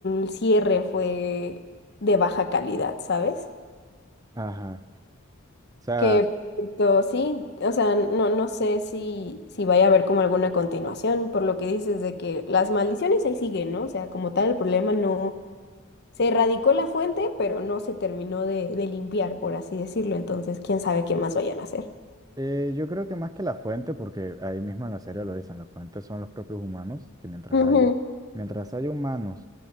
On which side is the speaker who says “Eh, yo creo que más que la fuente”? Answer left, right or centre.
Right